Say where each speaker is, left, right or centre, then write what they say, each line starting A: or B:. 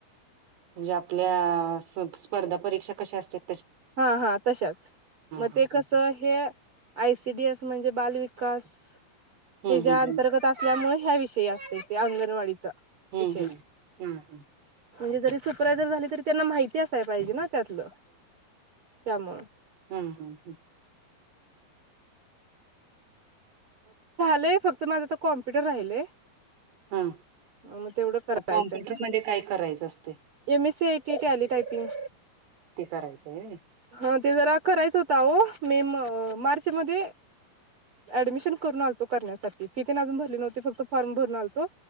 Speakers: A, on the right (about 80°); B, on the right (about 35°).
A: म्हणजे आपल्या स्पर्धा परीक्षा कशा असत्यात?
B: हा हा तशाच मग
A: हा
B: ते कस
A: ह
B: हे आयसीडीएस म्हणजे बाल वि विकास
A: हम्म
B: हे
A: हम्म
B: ज्या अंतर्गत असल्यामुळे ह्या विषयी असते ते अंगणवाडीचा
A: हम्म
B: विषय
A: हम्म हम्म हम्म.
B: म्हणजे जरी सुपरयझर झाली तरी त्यांना माहिती असायला पाहिजे ना त्यातलं त्यामुळं.
A: हम् हम् हम्.
B: झालंय फक्त माझं तर कॉम्प्युटर राहिलय
A: हा
B: अ मग तेवढं करायचंय
A: मग कॉम्प्युटर मध्ये काय करायचं असते
B: M. C. IT, Tally, typing
A: ते करायचंय होय
B: हा ते जरा करायच होत अहो मि मार्च मध्ये ऍडमिशन करून आलतो करण्यासाठी, फी ते ना अजून भरली नव्हती फक्त फॉर्म भरून आलतो.